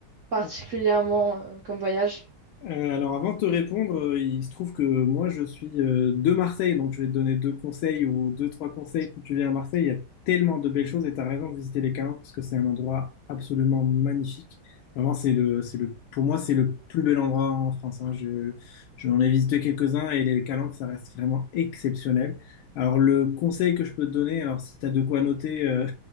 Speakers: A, on the right; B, on the left.
A: particulièrement
B: ouais.
A: euh, comme voyage?
B: Euh, alors avant de te répondre, euh, il se trouve que moi je suis euh, de Marseille, donc je vais te donner deux conseils ou deux, trois conseils si tu viens à Marseille. Il y a tellement de belles choses et tu as raison de visiter les Calanques parce que c'est un endroit absolument magnifique. Vraiment, c'est le, c'est le, pour moi, c'est le plus bel endroit en France. hein. Je, j'en ai visité quelques-uns et les Calanques, ça reste vraiment exceptionnel. Alors le conseil que je peux te donner, alors si tu as de quoi noter, euh,